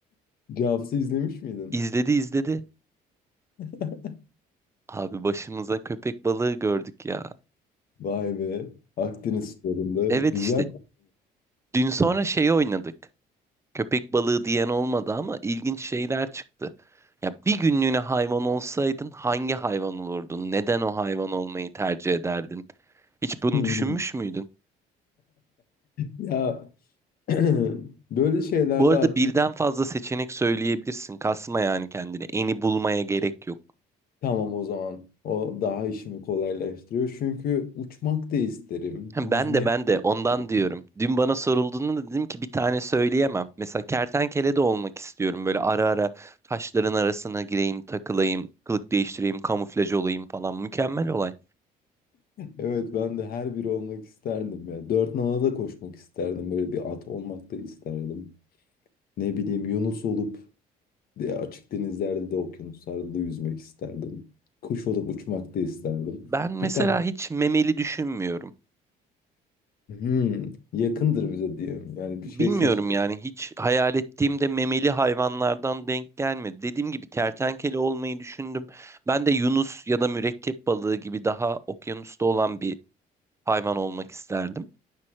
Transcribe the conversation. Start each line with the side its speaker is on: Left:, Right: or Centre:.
Left: Cavs'ı izlemiş miydin?
Right: İzledi izledi.
Left: <laughs>
Right: Abi başımıza köpek balığı gördük ya.
Left: Vay be. Akdeniz sularında.
Right: Evet
Left: Güzel.
Right: işte dün sonra şeyi oynadık. Köpek balığı diyen olmadı ama ilginç şeyler çıktı. Ya bir günlüğüne hayvan olsaydın hangi hayvan olurdun? Neden o hayvan olmayı tercih ederdin? Hiç
Left: <laughs>
Right: bunu düşünmüş müydün?
Left: Ya <clears throat> böyle şeylerde
Right: Bu arada
Left: aklım
Right: birden fazla seçenek söyleyebilirsin. Kasma yani kendini. Eni bulmaya gerek yok.
Left: tamam o zaman. O daha işimi kolaylaştırıyor. Çünkü uçmak da isterim.
Right: Hem
Left: Yüzmek
Right: Ben de ben de
Left: isterim.
Right: ondan diyorum.
Left: <laughs>
Right: Dün bana sorulduğunda da dedim ki bir tane söyleyemem. Mesela kertenkele de olmak istiyorum. Böyle ara ara taşların arasına gireyim, takılayım, kılık değiştireyim, kamuflaj olayım falan. Mükemmel olay.
Left: Evet ben de her biri olmak isterdim ya. Dört nala da koşmak isterdim. Böyle bir at olmak da isterdim. Ne bileyim Yunus olup Diye açık denizlerde de okyanuslarda da yüzmek isterdim. Kuş olup uçmak da isterdim.
Right: Ben mesela
Left: Cidden
Right: hiç memeli düşünmüyorum.
Left: "Hmm, yakındır bize diyeyim. Yani bir
Right: Bilmiyorum
Left: şey seçtim.
Right: yani hiç hayal ettiğimde memeli hayvanlardan denk gelmedi. Dediğim gibi kertenkele olmayı düşündüm. Ben de yunus ya da mürekkep balığı gibi daha okyanusta olan bir hayvan olmak isterdim.